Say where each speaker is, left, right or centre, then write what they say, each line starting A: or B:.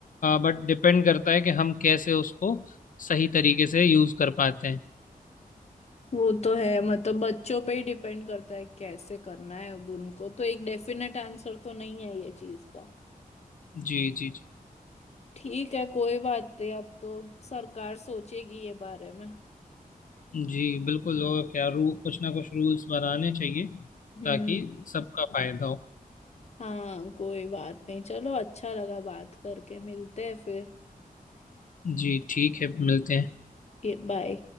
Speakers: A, on the left; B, on the left.
A: बट डिपेंड करता है कि हम कैसे उसको सही तरीके से यूज़ कर पाते हैं
B: वो तो है मतलब बच्चों पे ही डिपेंड करता है कैसे करना है अब उनको तो एक डेफिनेट आंसर तो नहीं है ये चीज का
A: जी जी जी
B: ठीक है कोई बात नहीं अब तो सरकार सोचेगी ये बारे में
A: जी बिल्कुल और
B: जी जी
A: क्या रू कुछ ना कुछ रूल्स बनाने चाहिए
B: हम्म
A: ताकि सबका फायदा हो
B: हाँ कोई बात नहीं चलो अच्छा लगा बात करके मिलते हैं फिर
A: जी ठीक है मिलते हैं
B: ये बाय